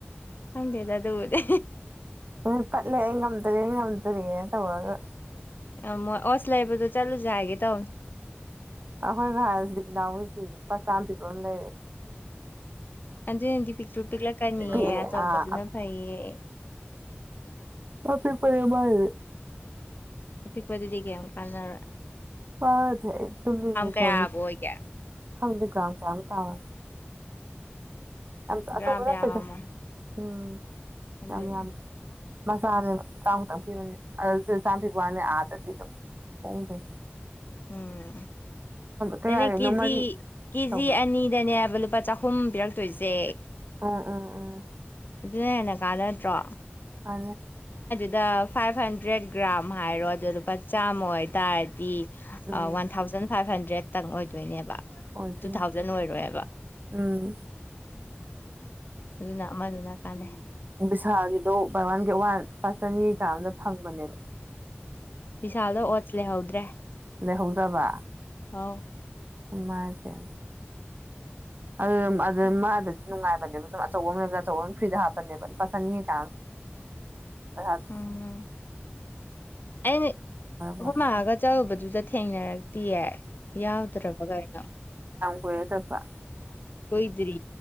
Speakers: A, on the left; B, on the right.
A: ꯍꯪꯗꯦꯗ ꯑꯗꯨꯕꯨꯗꯤ
B: ꯎꯝ ꯄ ꯂꯩ ꯉꯝꯗꯔꯤ ꯉꯝꯗꯔꯤꯦ ꯇꯧ ꯋꯥꯒ
A: ꯑ ꯃ ꯑꯁ ꯂꯥꯏꯕꯨꯗ ꯆꯥꯂꯨꯁꯒꯦ ꯇꯧ
B: ꯑꯩꯈꯣꯏ ꯉ ꯍꯥꯏꯁꯤꯗꯤ ꯏꯅꯥꯎꯁꯤ ꯄꯆꯥ ꯄꯤꯕ ꯑꯃ ꯂꯩꯔꯦ
A: ꯑꯗꯨꯏꯅꯗꯤ ꯄꯤꯛꯇ꯭ꯔꯨ ꯄꯤꯛꯂꯛꯀꯅꯤꯑ
B: ꯄꯤꯛꯑꯦ
A: ꯑꯆꯧꯕꯗꯨꯅ
B: ꯑꯥ
A: ꯐꯩꯌꯦ
B: ꯑꯄꯤꯤꯄꯃꯦ
A: ꯄꯤꯛꯄꯗꯨꯗꯤ ꯀ ꯀꯥꯟꯅꯔ
B: ꯋꯥ ꯑꯗꯨꯝ ꯃꯤ
A: ꯀꯌꯥꯕꯨ
B: ꯇꯋ
A: ꯑꯣꯏꯒꯦ
B: ꯊꯗꯒ꯭ꯔꯝ ꯊ ꯇꯥꯎ ꯌꯥꯝ ꯑꯆꯧꯕ
A: ꯒ꯭ꯔꯥꯝ
B: ꯅꯠꯇꯦꯗ
A: ꯌꯥꯝꯃꯝꯃꯣꯏ
B: ꯎꯝ
A: ꯑꯗꯨꯅ
B: ꯌꯥꯝ ꯌꯥꯝꯗꯦ ꯃꯁꯥꯅꯦꯕ ꯍꯛ ꯆꯥꯡꯛꯇꯛꯈꯤꯕꯅꯦ ꯑꯗꯨꯁꯨ ꯆꯥꯝꯄꯤꯤꯕ ꯋꯥꯅꯤ ꯑꯥꯗꯗꯤ ꯑꯗꯨꯝ ꯍꯣꯡꯈꯩ
A: ꯎꯝ
B: ꯀꯌꯥꯒꯤꯅꯣ
A: ꯑꯗꯨꯅꯦ ꯀꯦꯖꯤ
B: ꯃꯔꯤ
A: ꯀꯦꯖꯤ
B: ꯇꯧꯕꯗꯣ
A: ꯑꯅꯤꯗꯅꯦꯕ ꯂꯨꯄꯥ ꯆꯍꯨꯝ ꯄꯤꯔꯛꯇꯣꯏꯁꯦ
B: ꯑ ꯎꯝ ꯎꯝ
A: ꯑꯗꯨꯅ ꯍꯦꯟꯅ ꯀꯥꯟꯅꯗ꯭ꯔꯣ
B: ꯑ
A: ꯗ ꯐꯥꯏꯚ ꯍꯟꯗ꯭ꯔꯦꯠ ꯒ꯭ꯔꯥꯝ ꯍꯥꯏꯔꯣ ꯑꯗꯨ ꯂꯨꯄꯥ ꯆꯥꯝꯃ ꯑꯣꯏꯇꯥꯔꯗꯤ
B: ꯎꯝ
A: ꯋꯥꯟ ꯊꯥꯎꯖꯟ ꯐꯥꯏꯚ ꯍꯟꯗ꯭ꯔꯦꯗꯇꯪ ꯑꯣꯏꯗꯣꯏꯅꯦꯕ
B: ꯑꯣꯏꯗꯣꯏꯅꯤ
A: ꯇꯨ ꯊꯥꯎꯖꯟ ꯑꯣꯏꯔꯣꯏꯕ
B: ꯎꯝ
A: ꯑꯗꯨꯅ ꯑꯃꯗꯨꯅ ꯀꯥꯟꯅꯩ
B: ꯕꯤꯁꯥꯒꯤꯗꯣ ꯕꯥꯔ ꯋꯥꯟꯒꯤ ꯋꯥꯟ ꯂꯨꯄꯥ ꯆꯅꯤꯒ ꯑꯃꯗ ꯐꯪꯕꯅꯦꯕ
A: ꯕꯤꯚꯤꯁꯥꯜꯗ ꯑꯣꯠꯁ ꯂꯩꯍꯧꯗ꯭ꯔꯦ
B: ꯂꯩꯍꯧꯗꯕ
A: ꯑ
B: ꯃꯥꯆ ꯑꯗꯨ ꯃꯥꯗꯗꯤ ꯅꯨꯡꯉꯥꯏꯕꯅꯦꯕ ꯑꯗꯨꯝ ꯑꯆꯧꯕ ꯑꯃꯅꯦꯕꯗ ꯑꯆꯧꯕ ꯑꯃ ꯐ꯭ꯔꯤꯗ ꯍꯥꯞꯄꯅꯦꯕ ꯑꯗꯨ ꯄꯁꯟꯅꯤ ꯀꯥ ꯄꯍꯠ
A: ꯎꯝ ꯑꯩꯅ
B: ꯂꯣꯏꯔꯦ
A: ꯍꯨꯝ ꯃꯥꯒ ꯆꯠꯔꯨꯕꯗꯨꯗ ꯊꯦꯡꯅꯔꯛꯇꯦ ꯇꯤ ꯌꯥꯎꯗ꯭ꯔꯕꯒꯩꯅꯣ
B: ꯀꯌꯥ ꯇꯕ
A: ꯀꯣꯏꯗꯔꯤ